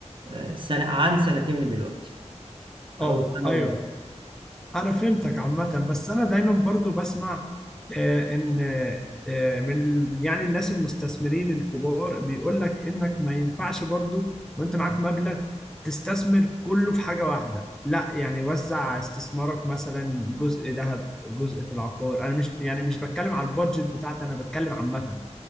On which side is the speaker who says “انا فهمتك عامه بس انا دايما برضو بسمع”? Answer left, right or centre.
Centre